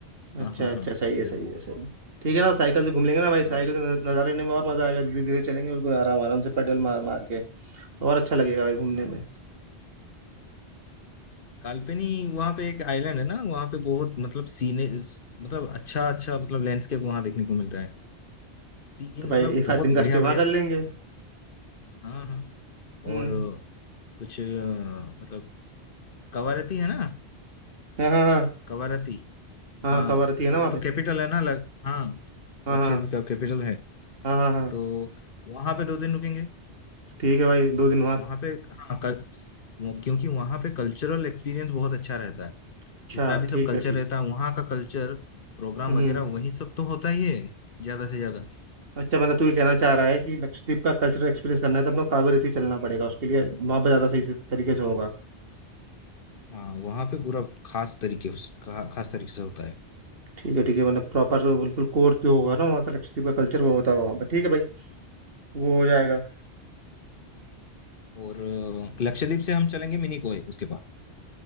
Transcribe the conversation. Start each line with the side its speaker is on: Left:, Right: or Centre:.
Right: अच्छा
Left: हाँ हाँ
Right: अच्छा
Left: हाँ,
Right: सही है
Left: जरूर
Right: सही है सही है ठीक है ना साइकिल से घूम लेंगे ना भाई साइकिल
Left: हाँ
Right: से नज़ारे लेने में और मज़ा आएगा धीरे धीरे चलेंगे बिल्कुल आराम आराम से पेडल मार मार के तो और अच्छा लगेगा भाई घूमने
Left: हाँ
Right: में
Left: हाँ। काल्पनी वहाँ पे एक आइलैंड है ना वहाँ पे बहुत मतलब सीने मतलब अच्छा अच्छा मतलब लैंडस्केप वहाँ देखने को मिलता है सीन
Right: तो भाई
Left: मतलब
Right: एक
Left: बहुत
Right: आध दिन का
Left: बढ़िया
Right: स्टे वहाँ
Left: बढ़िया
Right: कर लेंगे
Left: हाँ हाँ
Right: हम्म
Left: और अ, कुछ अ, मतलब कवारती है ना
Right: हाँ हाँ हाँ
Left: कवारती
Right: हाँ
Left: हाँ
Right: कवारती है ना
Left: वो
Right: वहाँ
Left: तो
Right: पे
Left: कैपिटल है ना लग, हाँ
Right: हाँ
Left: लक्षद्वीप
Right: हाँ
Left: का कैपिटल है
Right: हाँ हाँ हाँ
Left: तो वहां पे दो दिन रुकेंगे
Right: ठीक है भाई दो दिन वहाँ
Left: वहां पे हाँ कल, वो, क्योंकि वहां पे कल्चरल एक्सपीरियंस बहुत अच्छा रहता है
Right: अच्छा
Left: जितना भी
Right: ठीक
Left: सब कल्चर
Right: है ठीक
Left: रहता
Right: है
Left: है वहाँ का कल्चर प्रोग्राम
Right: हम्म
Left: वगैरह वही सब तो होता ही है ज्यादा से ज्यादा
Right: अच्छा मतलब तू ये कहना चाह रहा है कि लक्षद्वीप का कल्चरल एक्सपीरियंस करना है तो अपने को कावेरी चलना पड़ेगा उसके लिए वहाँ पर ज़्यादा सही से तरीके से होगा
Left: हाँ वहाँ पे पूरा खास तरीके उस- खा, खास तरीके से होता है
Right: ठीक है ठीक है मतलब प्रॉपर बिल्कुल कोर जो होगा ना वहाँ का लक्षद्वीप का कल्चर वो होता होगा वहाँ पे ठीक है भाई वो हो जाएगा
Left: और अ, लक्षद्वीप से हम चलेंगे मिनीकोय उसके बाद